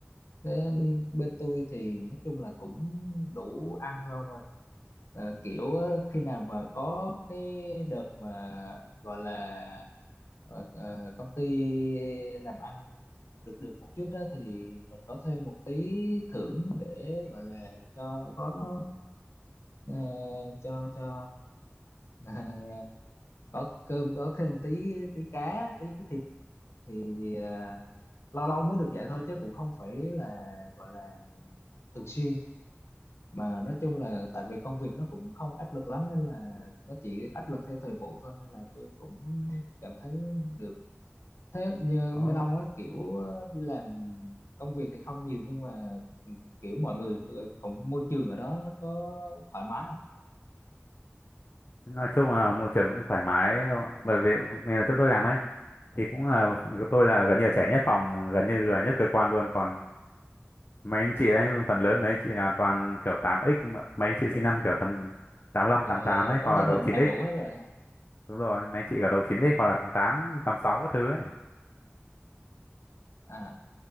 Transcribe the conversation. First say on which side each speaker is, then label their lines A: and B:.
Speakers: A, on the left; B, on the left.
A: thế bên tôi thì nói chung là cũng đủ ăn thôi ông ơi Ờ, kiểu á, khi nào mà có cái đợt mà gọi là ờ, ờ, công ty làm ăn được được một chút đó thì mình có thêm một tí thưởng để gọi là cho có ờ, cho cho <laughs> có cơm có thêm tí tí cá tí cái thịt thì ờ, lâu lâu mới được vậy thôi chứ cũng không phải là gọi là thường xuyên mà nói chung là tại vì công việc nó cũng không áp lực lắm nên là nó chỉ áp lực theo thời vụ thôi nên là tôi cũng cảm thấy được thế như
B: Ồ,
A: bên ông á kiểu ờ, đi làm công việc thì không nhiều nhưng mà ừ, kiểu mọi người ờ, cũng môi trường ở đó nó có thoải mái không
B: nói chung là môi trường cũng thoải mái ông ạ. bởi vì mình ở chỗ tôi làm ấy thì cũng là tôi là gần như là trẻ nhất phòng gần như là nhất cơ quan luôn còn mấy anh chị đấy phần lớn mấy anh chị là toàn kiểu tám x mà- mấy anh chị sinh năm
A: à,
B: kiểu tầm tám lăm,
A: là
B: tám tám ấy
A: có
B: hoặc
A: gia
B: là đầu
A: đình
B: chín
A: đầy
B: x
A: đủ hết rồi
B: đúng rồi mấy anh chị cả đầu chín x hoặc là tám tám tám sáu các thứ ấy
A: À,